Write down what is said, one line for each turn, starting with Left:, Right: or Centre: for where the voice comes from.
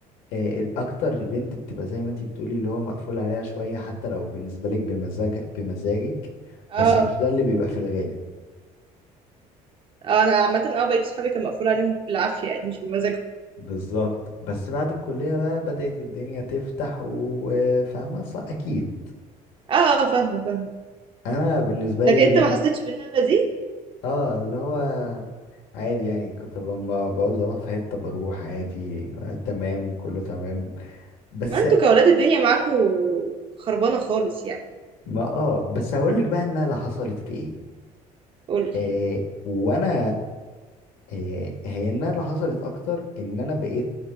Left: آه اكتر البنت بتبقى زي ما انت بتقولي اللي هو مقفول عليها شوية حتى لو بالنسبة لك بمزاج بمزاجك
Right: اه
Left: بس مش ده اللي بيبقى في الغالب
Right: آه، انا عامه اه بقيت صحابي كان مقفول عليهم بالعافيه يعني مش بمزاجهم
Left: بالظبط بس بعد الكلية بقى بدأت الدنيا تفتح وفاهمة صح أكيد
Right: اه آه، فاهمه فاهمه
Left: أنا بالنسبة
Right: لكن
Left: لي
Right: انت
Left: لا
Right: ما حسيتش بالنقله دي
Left: اه اللي هو عادي يعني كنت لما بعوز اروح في حته بروح عادي آه تمام كله تمام بس
Right: ما انتوا كاولاد الدنيا معاكوا خربانه خالص يعني
Left: ما اه بس هقول لك بقى انها اللي حصلت في ايه
Right: قولي
Left: آه وانا آه هي انها اللي حصلت اكتر ان انا بقيت